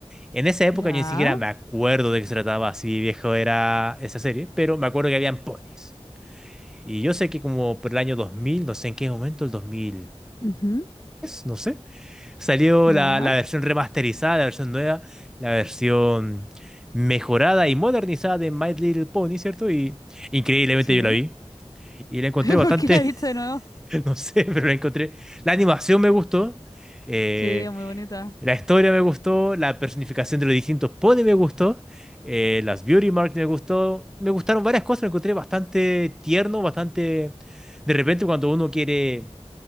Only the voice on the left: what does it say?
Ya.
Ujú.
Ya.
Sí.
<laughs>
¿Por qué la viste de nuevo?
Sí, es muy bonita.